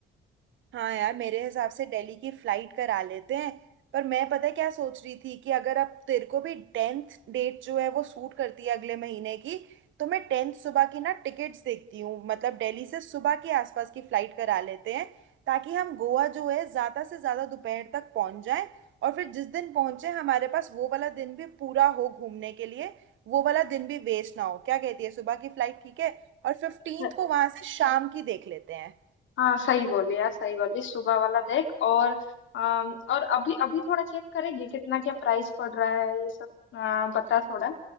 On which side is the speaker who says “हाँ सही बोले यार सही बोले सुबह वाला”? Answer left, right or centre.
Left